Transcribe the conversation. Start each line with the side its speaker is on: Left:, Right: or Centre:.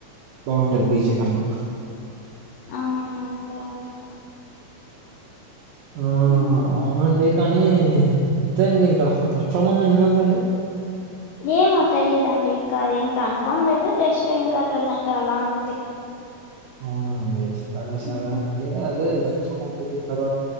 Right: బాగుంటది పీజీ నాకు.
Left: అవును అండి అవును.
Right: ఆ
Left: హ్మ్
Right: అవునండి కానీ మీ అంతే అండి ఇంకా వర్క్ ఫ్రమ్ హోమ్ ఎన్ని మంత్స్ అండి. <inaudible>
Left: ఏమో తెలియదుండి ఇంకా అద ఏం కన్ఫామ్ లేదు జస్ట్ ఇంకా ప్రజెంట్ అలా ఉంది.
Right: అవునండి సరే
Left: హ్మ్
Right: సరే అండి అదే మెక్సిమం అయిపోయిన తర్వాత